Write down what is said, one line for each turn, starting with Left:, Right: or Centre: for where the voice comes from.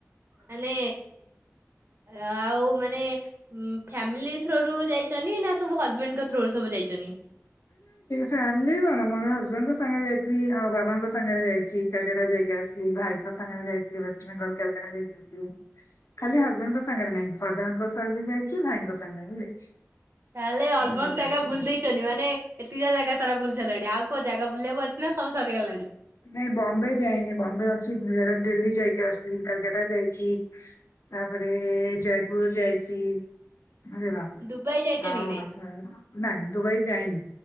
Right: ମାନେ ଆଉ ମାନେ ଫ୍ୟାମିଲି ଥ୍ରୋରୁ ଯାଇଛନ୍ତି, ନା ସବୁ ହଜବେଣ୍ଡଙ୍କ ଥ୍ରୋ ରୁ ସବୁ ଯାଇଛନ୍ତି।
Left: ଫାମିଲି କଣ ମୋର ହଜବେଣ୍ଟ ଙ୍କ ସହ ସାଙ୍ଗରେ ଯାଇଥିଲି, ଆଉ ବାବାଙ୍କ ସାଙ୍ଗରେ ଯାଇଛି, କାଲକାଟା ଯାଇକି ଆସଥିଲି, ଭାଇଙ୍କ ସାଙ୍ଗରେ ଯାଇଥିଲି, ୱେଷ୍ଟ ବଙ୍ଗଲ କାଲକାଟା ଯାଇକି ଆସଥିଲି, ଖାଲି ହଜବେଣ୍ଡଙ୍କ ସାଙ୍ଗରେ ନାହିଁ, ଫାଦରଙ୍କ ସାଙ୍ଗରେ ଯାଇଛି, ଭାଇଙ୍କ ସାଙ୍ଗରେ ବି ଯାଇଛି।
Right: ତାହେଲେ ଅଲଭସ
Left: ବୁଲିକି
Right: ହେଗା
Left: ଆସିଲି
Right: ବୁଲି ଦେଇଛନ୍ତି, ମାନେ ଏତିକ ଯା ଜାଗା ସାରା ବୁଲି ସାରିଲେଣି, ଆଉ କୋଉ ଜାଗା ବୁଲିବାକୁ ଅଛି, ନା ସବୁ ସରିଗଲାଣି।
Left: ନାଇଁ ବମ୍ବେ ଯାଇନି, ବମ୍ବେ ଅଛି, ଗୁଜ ଡିଲ୍ଲୀ ଯାଇକି ଆସଥିଲି, କାଲକାତା ଯାଇଛି, ତାପରେ ଜୟପୁର ଯାଇଛି। ବୁଝିଲ,
Right: ଦୁବାଇ ଯାଇଛନ୍ତି
Left: ହଉ
Right: କି ନାଇଁ?
Left: ନାଇଁ, ଦୁବାଇ ଯାଇନି।